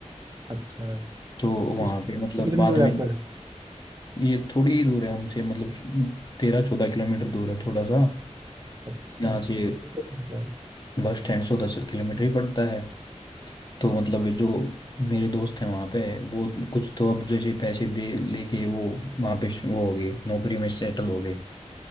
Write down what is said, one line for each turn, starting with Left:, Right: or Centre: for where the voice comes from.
Right: अच्छा
Left: तो वहाँ
Right: तो स्कूल
Left: पे मतलब
Right: से कितनी
Left: बाद
Right: दूर
Left: में
Right: है आपका घर
Left: ये थोड़ी ही दूर है हमसे मतलब तेरह चौदह किलोमीटर दूर है थोड़ा सा
Right: अच्छा
Left: यहाँ से
Right: फिर तो ठीक है
Left: बस स्टैंड सौ दस किलोमीटर ही पड़ता है तो मतलब ये जो मेरे दोस्त हैं वहाँ पे वो कुछ तो अब जैसे पैसे दे लेके वो वहाँ पे श- वो हो गए नौकरी में सेटल हो गए